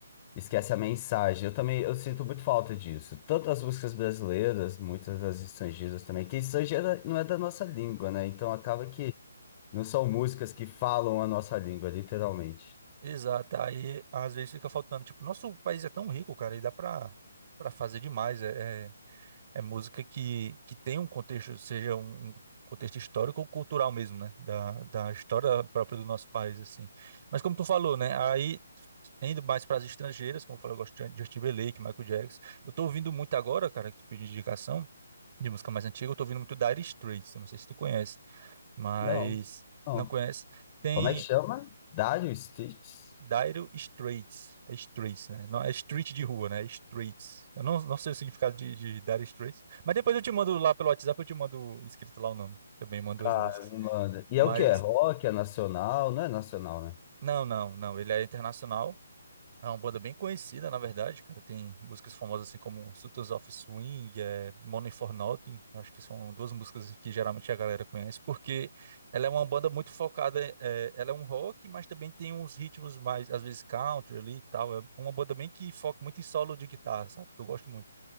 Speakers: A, on the left (about 25°); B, on the right (about 40°).
A: Esquece a mensagem. Eu também, eu sinto muito falta disso. Tanto as músicas brasileiras, muitas das estrangeiras também, que estrangeira não é da nossa língua, né? Então acaba que não são músicas que falam a nossa língua, literalmente.
B: Exato, aí às vezes fica faltando. Tipo, nosso país é tão rico, cara, e dá pra, pra fazer demais. É, é, é música que, que tem um contexto, seja um, um contexto histórico ou cultural mesmo, né? Da, da história própria do nosso país, assim. Mas como tu falou, né? Aí, indo mais para as estrangeiras, como eu falei, eu gosto de Justin Timberlake, Michael Jackson. Eu tô ouvindo muito agora, cara, que tu pediu indicação de música mais antiga, eu tô ouvindo muito Dire Straits, eu não sei se tu conhece, mas
A: Não, não.
B: não conhece. Tem.
A: Como é que chama? Dire Straits?
B: Dire Straits. É Straits, né? Não, é street de rua, né? É Straits. Eu não, não sei o significado de, de Dire Straits. Mas depois eu te mando lá pelo WhatsApp, eu te mando escrito lá o nome. Também mando
A: Tá,
B: as músicas.
A: me manda. E
B: Mas,
A: é o que? É rock? É nacional? Não é nacional, né?
B: não, não, não. Ele é internacional. É uma banda bem conhecida, na verdade, cara. Tem músicas famosas assim como Sultans of Swing, é, Money for Nothing. Eu Acho que são duas músicas assim, que geralmente a galera conhece, porque ela é uma banda muito focada. é, ela é um rock, mas também tem uns ritmos mais, às vezes, country ali e tal. É uma banda bem que foca muito em solo de guitarra, sabe? Que eu gosto muito.